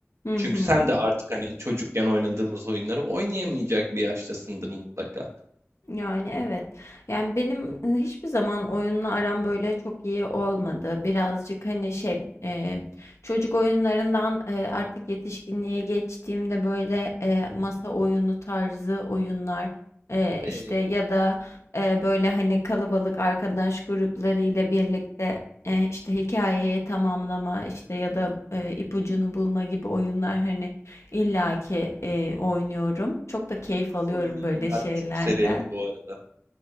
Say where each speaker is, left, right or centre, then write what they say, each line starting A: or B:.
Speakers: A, on the left (about 80°); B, on the right (about 80°).
A: Hı
B: Çünkü
A: hı.
B: sen de artık hani çocukken oynadığımız oyunları oynayamayacak bir yaştasındır mutlaka.
A: Yani, evet. Yani, benim, hiçbir zaman oyunla aram böyle çok iyi olmadı. Birazcık, hani, şey, eee, çocuk oyunlarından, eee, artık yetişkinliğe geçtiğimde, böyle, eee, masa oyunu tarzı oyunlar, eee,
B: Evet,
A: işte, ya da, eee, böyle, hani, kalabalık arkadaş gruplarıyla birlikte, eee, işte, hikâyeyi tamamlama, işte, ya da, eee, ipucunu bulma gibi oyunlar, hani, illaki, eee, oynuyorum. Çok da keyif
B: masa
A: alıyorum
B: oyunlarını
A: böyle
B: ben
A: şeylerden.
B: de çok severim bu arada.